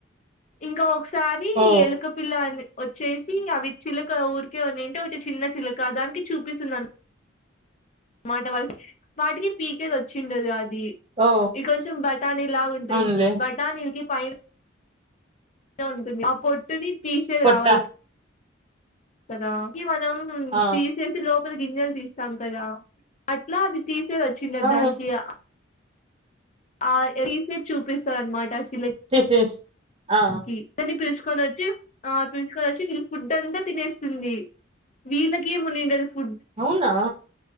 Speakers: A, on the left; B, on the right.
A: ఇంకా ఒకసారి
B: ఓ
A: ఈ ఎలుక పిల్ల ని వ చేసి అవి చిలక ఊరీకే ఉన్నింటే ఒకటి చిన్న చిలక దానికి చూపిస్తుందన్ మాట వల్స్ వాటికి పీకేదచ్చిండదు అ వి
B: ఓ
A: ఇ కొంచెం బఠానీలాగుంటుంది
B: అవునులే
A: బఠానీల్కి పైన ఉంటుంది ఆ పొట్టుని తీసేది
B: పొట్ట
A: రావాల కదా మనం
B: ఆ
A: తీసేసి లోపల గింజెల్ తీస్తాం కదా అట్లా అది తీస్ సేదచ్చింద
B: ఆ
A: దానికి ఆ ఆ తీసెద్ చూపిస్తదన్మాట ఆ చిలక్కి
B: దిస్ ఇస్ ఆ
A: దన్ని పిలుచు కొనచ్చి ఆ పిల్సుకొనచ్చి వీళ్ ఫుడ్ అంతా తినేస్తుంది వీళ్ళకేమొ నిండల్స్
B: అవునా